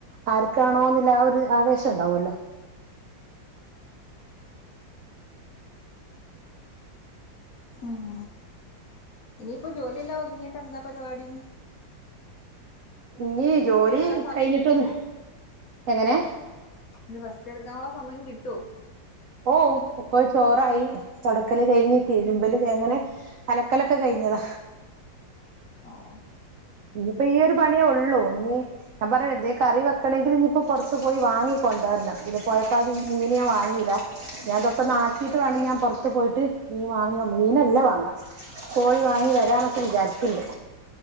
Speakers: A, on the right; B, on the left.
A: ആർക്കാണോ എന്നില്ല ആ ഒരു ആവേശം ഉണ്ടാവുമല്ലോ
B: ഉം ഇനിയിപ്പോ ജോലിയെല്ലാം ഒതുങ്ങിട്ട് എന്താ പരിപാടി
A: ഇനി
B: റസ്റ്റ്
A: ജോലി
B: എടുക്കാൻ സമയം
A: കഴിഞ്ഞിട്ട്
B: കിട്ടുവോ
A: ഒന്ന് എങ്ങനെ
B: ഇനി റസ്റ്റ് എടുക്കാനുള്ള സമയം കിട്ടോ
A: ഓ ഇപ്പൊ ചോറായി തൊടക്കല് കഴിഞ്ഞ് തിരുമ്പല് എങ്ങനെ അലക്കൽ ഒക്കെ കഴിഞ്ഞതാ
B: ആഹ്
A: ഇപ്പോ ഈയൊരു പണിയേ ഉള്ളൂ ഇനി ഞാൻ പറയാ എന്തേ കറി വെക്കണമെങ്കിൽ ഇനിയിപ്പോ പുറത്ത് പോയി വാങ്ങിക്കൊണ്ടു വരണം ഇതില് പോയപ്പോ ഇതിനിപ്പോ മീൻ വാങ്ങിയില്ല ഞ്ഞു അതൊക്കെ ഒന്ന് ആക്കിയിട്ട് വേണം ഞാൻ പുറത്ത് പോയിട്ട് മീൻ വാങ്ങാൻ, മീനല്ല വാങ്ങാ കോഴി വാങ്ങി വരാന്നൊക്കെ വിചാരിക്കണ്ട്